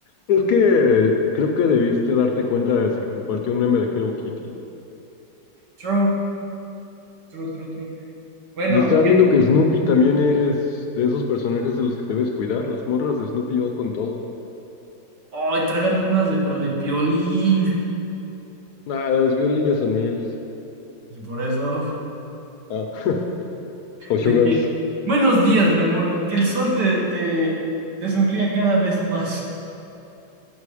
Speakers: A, on the left; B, on the right.
A: Es que creo que debiste darte cuenta desde que compartí un meme de Hello Kitty.
B: true, true, true, true. Bueno,
A: Y estaba
B: ya-
A: viendo que Snoopy también es de esos personajes de los que debes cuidar. Las morras de Snoopy van con todo.
B: ay, tráigame unas de, pero de piolín.
A: Nah, las violinas son MILFs.
B: Y Por eso,
A: Ah, <laughs> o Sugars.
B: de que, buenos días, mi amor, que el sol te, te, te sonría cada vez más.